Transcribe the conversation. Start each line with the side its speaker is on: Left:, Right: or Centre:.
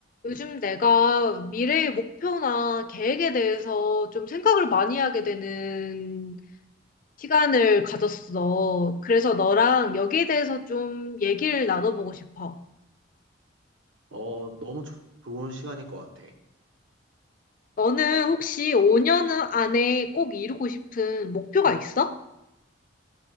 Left: 요즘 내가 미래의 목표나 계획에 대해서 좀 생각을 많이 하게 되는 시간을 가졌어. 그래서 너랑 여기에 대해서 좀 얘기를 나눠보고 싶어.
Right: 어, 너무 조- 좋은 시간일 것 같아.
Left: 너는 혹시 5년 안에 꼭 이루고 싶은 목표가 있어?